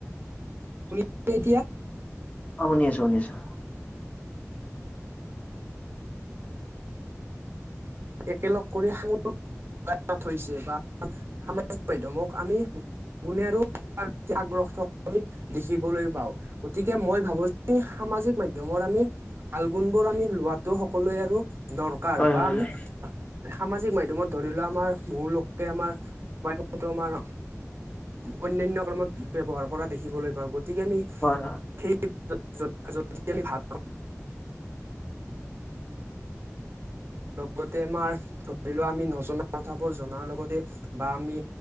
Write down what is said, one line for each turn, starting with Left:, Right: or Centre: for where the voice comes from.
Right: <unintelligible> এতিয়া
Left: অ শুনি আছো, শুনি আছো।
Right: <unintelligible> <unintelligible> একেলগ কৰি সাঙুৰ থৈছে বা- মাধ্যয়মক আমি গুণ আৰু ত প্ৰতি আগ্ৰস- আমি দেখিবলৈ পাওঁ, গতিকে মই ভাবো যে সামাজিক মাধ্যয়মৰ আমি ভালগুণবোৰ আমি লোৱাতো সকলোৱে আৰু দৰকাৰ
Left: হয়
Right: বা
Left: হয়
Right: আমি
Left: হয়
Right: সামাজিক মাধ্যমত ধৰি লোৱা আমাৰ বহু লোকে আমাৰো আমাৰ অন্নান্য কামত ব ব্যৱহাৰ কৰা দেখিবলৈ পাওঁ গ গতিকে আমি
Left: হয় হয়
Right: সেই যদি- আমি ভাল <unintelligible> গোটেই আমাৰ <unintelligible> আমি নজনা কথাবোৰ জনাৰ লগতে বা আমি